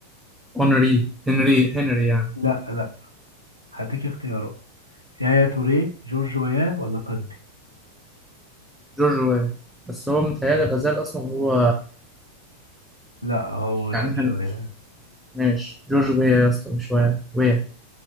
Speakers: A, in the centre; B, on the right.
A: اونري هنري هنري يعني
B: لا لا هديك اختيارات يايا توريه جورج وياه ولا كانتي
A: جورج ويا بس هو متهيألي غزال اصلا هو
B: لا هو جورجيا
A: يعني هن... ماشي جورج ويا يا اسطى مش ويا ويا